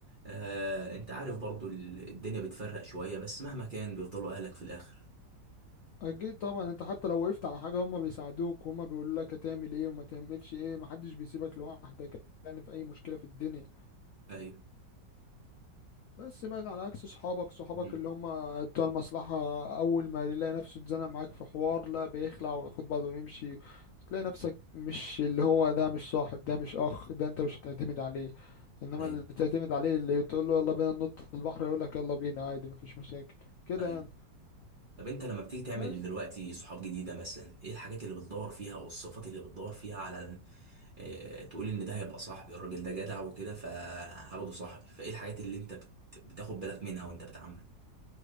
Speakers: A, on the right (about 40°); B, on the left (about 80°).
A: آه انت عارف برضو ال- الدنيا بتفرق شويه بس مهما كان بيفضلوا اهلك في الاخر
B: اكيد طبعا انت حتى لو وقفت على حاجه هم بيساعدوك وهم بيقولوا لك هتعمل ايه وما تعملش ايه محدش بيسيبك لوحدك يعني في اي مشكله في الدنيا
A: ايوه
B: بس بقى على عكس صحابك صحابك
A: مم.
B: اللي هم بتوع المصلحه اول ما يلاقي نفسه اتزنق معاك في حوار لا بيخلع وياخد بعضه ويمشي تلاقي نفسك مش اللي هو ده مش صاحب ده مش اخ ده انت مش هتعتمد عليه انما
A: ايوه
B: اللي تعتمد عليه اللي تقول له يلا بينا ننط البحر يقول لك يلا بينا عادي مفيش مشاكل كده
A: ايوه
B: يعني
A: طب انت لما بتيجي تعمل
B: بس
A: دلوقتي صحاب جديده مثلا ايه الحاجات اللي بتدور فيها او الصفات اللي بتدور فيها على اه تقول ان ده هيبقى صاحبي الراجل ده جدع وكده فهاخده صاحبي فايه الحاجات اللي انت بت... بتاخد بالك منها وانت بتعامله